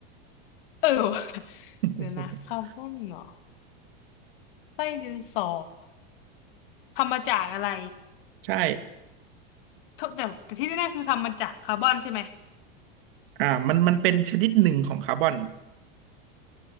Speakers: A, on the left; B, on the right.
A: เออ <laughs> ว่ะ
B: <laughs>
A: เดี๋ยวนะคาร์บอนเหรอไส้ดินสอทำมาจากอะไร
B: ใช่
A: ทุกแต่แต่ที่แน่ๆคือทำมาจากคาร์บอนใช่ไหม
B: อ่ามันมันเป็นชนิดหนึ่งของคาร์บอน